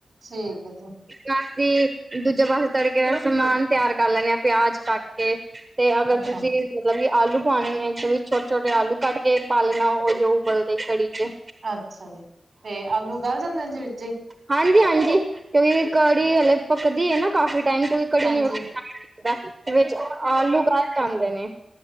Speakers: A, on the right (about 65°); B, on the right (about 30°).
A: ਠੀਕ ਐ ਜੀ।
B: ਨਾਲ ਅਸੀ ਦੂਜੇ ਪਾੱਸੇ ਤੜਕੇ ਦਾ ਸਮਾਨ ਤੇਆਰ ਕਾਰ ਲੈਨੇ ਆਂ, ਪੇਆਜ ਕਾੱਟ ਕੇ ਤੇ ਅਗਰ
A: ਅੱਛਾ
B: ਤੂਸੀ ਮਲਬ ਕੀ ਆਲੂ ਪਾਣੇ ਨੇ ਓਵੀ ਛੋਟੇ, ਛੋਟੇ ਆਲੂ ਕਾੱਟ ਕੇ ਪਾ ਲੈਨਾ ਓਈਓ ਉਬਲਦੇ ਕੜੀ ਚ।
A: ਅੱਛਾ ਜੀ, ਤੇ ਆਲੂ ਗਾੱਲ ਜਾਂਦੇ ਨੇ ਜੀ ਵਿੱਚੇ ਈ?
B: ਹਾਂਜੀ, ਹਾਂਜੀ ਕਿਉਂਕਿ ਕੱੜੀ ਹੱਲੇ ਪੱਕਦੀ ਏ ਨਾ ਕਾਫ਼ੀ ਟਾਈਮ ਕੋਈ ਕੜੀ
A: ਹਾਂਜੀ
B: ਨੂੰ ਟਾਈਮ ਲਗਦੈ ਤੇ ਵਿੱਚ ਆਲੂ ਗਾੱਲ ਜਾਂਦੇ ਨੇ।